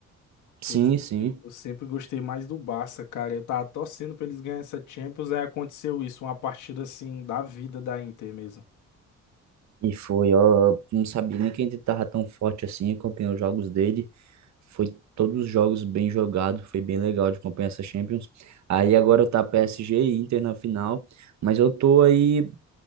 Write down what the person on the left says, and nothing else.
Eu,
eu sempre gostei mais do Barça, cara. Eu tava torcendo pra eles ganharem essa Champions, aí aconteceu isso, uma partida assim da vida da Inter mesmo.